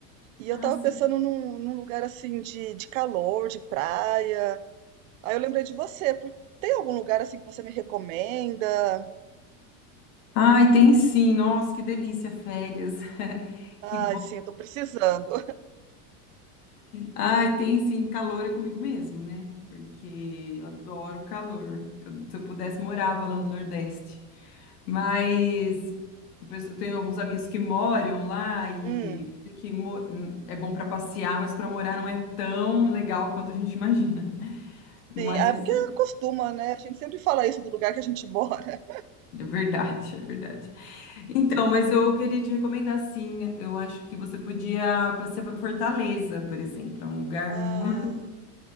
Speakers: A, on the right (about 65°); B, on the left (about 85°).
A: E eu
B: Ah,
A: tava
B: sim.
A: pensando num, num lugar assim de, de calor, de praia. Aí eu lembrei de você, por- tem algum lugar assim que você me recomenda?
B: Ai, tem sim, nossa, que delícia, férias. <laughs>
A: Ai,
B: Que...
A: sim, eu tô precisando.
B: Ai, tem sim, calor é comigo mesmo, né? Porque eu adoro calor. Eu- se eu pudesse, morava lá no Nordeste. Mas
A: <laughs>
B: eu penso- eu tenho alguns amigos que moram lá e
A: Hum,
B: dizem que mo- é bom para passear, mas para morar não é tão legal quanto a gente imagina. <laughs> Mas
A: sim, ah,
B: isso
A: é porque costuma, né? A gente sempre fala isso do lugar que a gente <laughs> mora.
B: é verdade, é verdade. Então, mas eu queria te recomendar sim. Eu acho que você podia passear para Fortaleza, por exemplo. É um lugar
A: Ah,
B: muito.